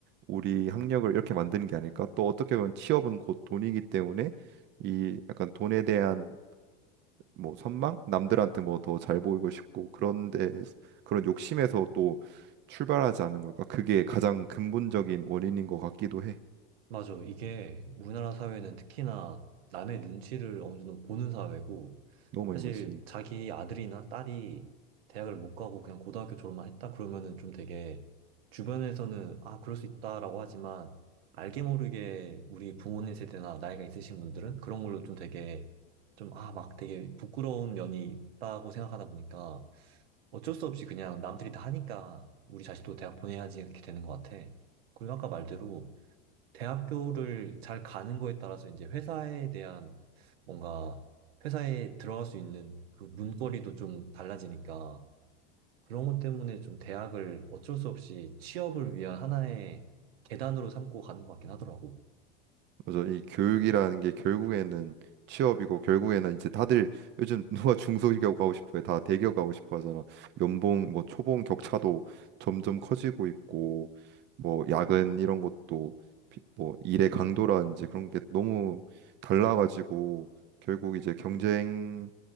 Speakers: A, on the right; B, on the right.
A: 우리 학력을 이렇게 만드는 게 아닐까? 또 어떻게 보면 취업은 곧 돈이기 때문에 이 약간 돈에 대한 뭐 선망? 남들한테 뭐 더 잘 보이고 싶고 그런데 그런 욕심에서 또 출발하지 않은 걸까? 그게 가장 근본적인 원인인 것 같기도 해.
B: 맞아. 이게 우리나라 사회는 특히나 남의 눈치를 어느 정도 보는 사회고,
A: 너무 많이
B: 사실
A: 보지.
B: 자기 아들이나 딸이 대학을 못 가고 그냥 고등학교 졸업만 했다 그러면은 좀 되게 주변에서는 아, 그럴 수 있다라고 하지만 알게 모르게 우리 부모님 세대나 나이가 있으신 분들은 그런 걸로 좀 되게 좀 아, 막 되게 부끄러운 면이 있다고 생각하다 보니까 어쩔 수 없이 그냥 남들이 다 하니까 우리 자식도 대학 보내야지 이렇게 되는 것 같아. 그리고 아까 말대로 대학교를 잘 가는 거에 따라서 이제 회사에 대한 뭔가 회사에 들어갈 수 있는 그 문거리도 좀 달라지니까 그런 것 때문에 좀 대학을 어쩔 수 없이 취업을 위한 하나의 계단으로 삼고 가는 것 같긴 하더라고.
A: 그래서 이 교육이라는 게 결국에는 취업이고 결국에는 이제 다들 <laughs> 요즘 누가 중소기업 가고 싶어해 다 대기업 가고 싶어 하잖아 연봉 뭐 초봉 격차도 점점 커지고 있고 뭐 야근 이런 것도 비- 뭐 일의 강도라든지 그런 게 너무 달라가지고 결국 이제 경쟁